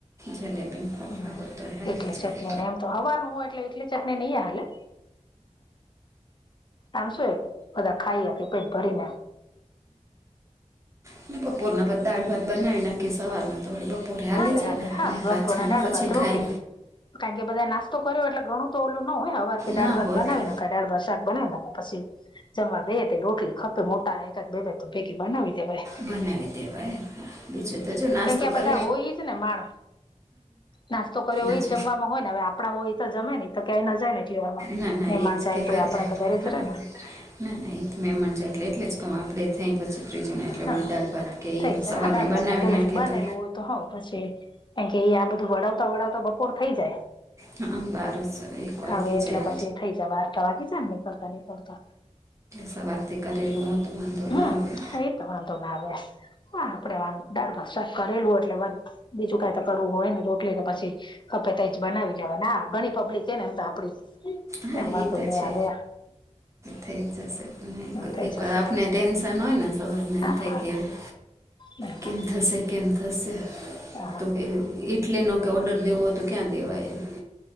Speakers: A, on the right; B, on the left.
A: જલેબી. ફાફડા
B: હમ્મ
A: હોય તો હાલે
B: એટલી
A: જાય
B: ચટણી ને એમ તો હવારનું હોય એટલે એટલી ચટણી નય હાલે. આમ શું બધા ખાઈ હકે પેટ ભરીને
A: અને બપોરના દાળ ભાત બનાવી નાખી સવારના થોડી બપોરે હાલી
B: હાલે
A: જાય
B: હાલે
A: ને
B: હા
A: ને પાછા
B: બપોરના
A: અને
B: દાળ
A: પછી
B: ભાત
A: ગાય
B: રોટલી કારણ કે બધા નાસ્તો કર્યો એટલે ઘણું તો ઓલું ન હોય હવારથી દાળભાત
A: ના હોય
B: બનાવી
A: તો
B: નાખાય દાળ ભાત શાક બનાવી નાખ પછી જમવા બે તે રોટલી ખપે મોટાને એક એક બે બે તો ભેગી બનાવી દેવાય.
A: બનાવી દેવાય બીજું તો જો નાસ્તો
B: કેમ કે આ
A: કર
B: બધા હોય જ ને માણ નાસ્તો કર્યો હોય
A: એ જ
B: જમવામાં હોય ને હવે આપણા હોય એ તો જમે ને. તો ક્યાંય ના જાય ને એટલી વારમાં
A: ના ના
B: મેહેમાન
A: એજ
B: જાય
A: કે કરે
B: તોય આપડા તો ખબર
A: હા
B: જ રે ના
A: ના ના એ તો મેમાંન જાય એટલે એટલે જ કવ આપણે થય પછી ત્રીજોને એટલે
B: હા
A: વળી દાળ ભાત કે
B: થઈ
A: એ
B: જાય
A: સવારના
B: હા દાળ
A: બનાવી
B: ભાત ના પેલાથી
A: નાખે
B: બનેલું
A: તો
B: હોય તો હવ પછી એમ કે એ આ બધું વળાવતા વળાવતા બપોર થઈ જાય
A: હા બારસ એક વાગી
B: હવે એટલે
A: જાય
B: પછી થઇ જ બારતો વાગી જ ને નીકળતા નીકળતા
A: સવારથી કરેલું હોયતો વાંધો
B: હમ
A: ના આવે
B: એ તો વાંધ ના આવે હા આપણે વાદ ભાત શાક કરેલું એટલે બીજું કઈ તો કરવું હોય ને રો એટલે કે પછી ખપેતા એજ બનાવી લેવાના ઘણી પબ્લિક હે ને એમ તો આપડી
A: હા
B: એમ વાંધો
A: એ તો
B: નહી
A: છે,
B: આવે
A: થઈ જશે
B: થઈ
A: એક
B: જશે
A: વાર આપને
B: અરે
A: ટેન્શ ન હોય ને સવારને
B: હા
A: એમ થાય
B: હા
A: કે
B: હા
A: કેમ થશે કેમ થશે
B: હા
A: તો કે ઈટલી નો કે ઓર્ડર દેવો હોય તો ક્યાં દેવાય એમ